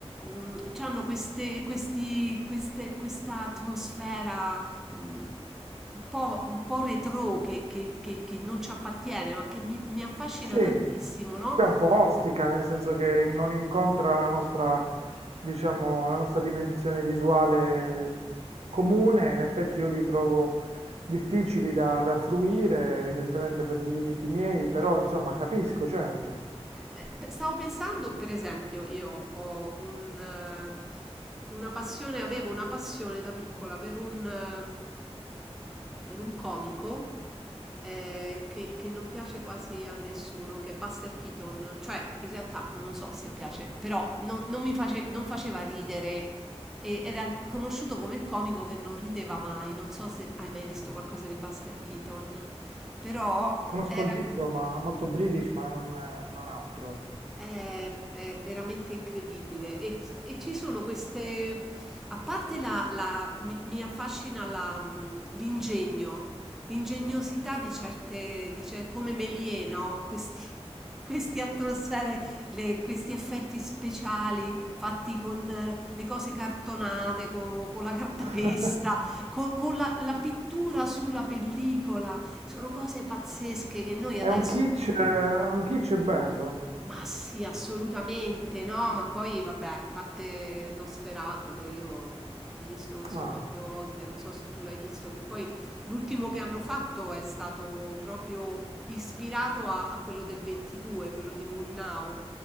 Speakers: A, in the centre; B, on the right.
A: Mm, c'hanno queste, questi, queste, questa atmosfera mm, un po', un po' retro che, che- che- che non ci appartiene, ma che mi, mi affascina
B: Sì,
A: <laughs> tantissimo, no?
B: beh, un po' ostica, nel senso che non incontra la nostra, diciamo, la nostra dimensione visuale mh, comune. In effetti io li trovo difficili da, da fruire, evidentemente per i limiti miei, però insomma capisco, certo.
A: Beh, pe- stavo pensando, per esempio, io ho un, eh, una passione, avevo una passione da piccola per un, eh, per un comico eh, che, che non piace quasi a nessuno, che è Buster Keaton. Cioè, in realtà non lo so se piace, però non, non mi face- non faceva ridere. E era conosciuto come il comico che non rideva mai. Non so se hai mai visto qualcosa di Buster Keaton, però
B: Conosco
A: era.
B: il viso, ma molto British, ma non, eh, non altro, ecco.
A: È, è veramente incredibile e, e ci sono queste, a parte la, la- mi, mi affascina la, mh, l'ingegno, l'ingegnosità di certe, di cer- come Méliès, no? Questi, <laughs> queste atmosfere, le- questi effetti speciali fatti con eh, le cose cartonate, co- con, la cartapesta,
B: <laughs>
A: <laughs> co- con la la pittura sulla pellicola, sono cose pazzesche che noi
B: È
A: adesso...
B: un kitsch, eh, un kitsch bello.
A: Ma sì, assolutamente no, ma poi vabbè, a parte Nosferatu che io ho visto non so
B: Ah,
A: quante volte, non so se tu l'hai visto, che poi l'ultimo che hanno fatto è stato proprio ispirato a, a quello del 22, quello di Murnau,